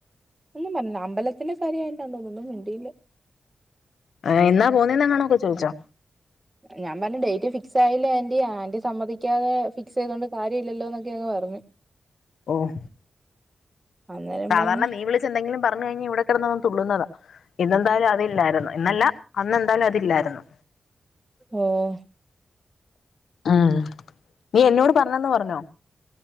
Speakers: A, on the right (about 25°); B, on the left (about 85°).
A: ഒന്നുപറഞ്ഞില്ല. അമ്പലത്തിന്റെ കാര്യായോണ്ടാ തോന്നുന്നു ഒന്നുമിണ്ടിയില്ല.
B: ആഹ് എന്നാ പോന്നെന്നങ്ങണൊക്കെ ചോയിച്ചോ.
A: ഞാൻ പറഞ്ഞു. Date ഫിക്സായില്ല aunty. ആൻ്റി സമ്മതിക്കാതെ ഫിക്സെയ്തോണ്ട് കാര്യല്ലല്ലോന്നൊക്കെ അങ്ങ് പറഞ്ഞു.
B: ഓഹ്.
A: അന്നേരം
B: സാധാരണ
A: പറഞ്ഞു
B: നീ വിളച്ചാ ഇച്ചെന്തെങ്കിലും പറഞ്ഞു കയിഞ്ഞ ഇവിടെ കെടന്നന്ന് തുള്ളുന്നതാ ഇന്നെന്തായാലും അതില്ലായിരുന്നു. ഇന്നല്ല അന്നെന്തായാലും അതില്ലായിരുന്നു.
A: ഓഹ്.
B: ആഹ്. നീ എന്നോട് പറഞ്ഞെന്ന് പറഞ്ഞൊ.